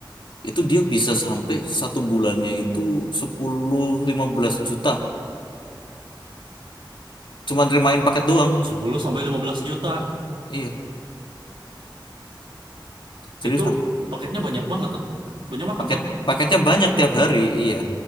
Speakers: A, on the left (about 75°); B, on the right (about 80°).
A: Itu dia bisa sampai satu bulannya itu sepuluh lima belas juta Cuman terimain paket doang.
B: sepuluh sampai lima belas juta.
A: Iya, seriusan.
B: Itu paketnya banyak banget. Banyak banget
A: Paket
B: dong.
A: paketnya banyak tiap hari, iya.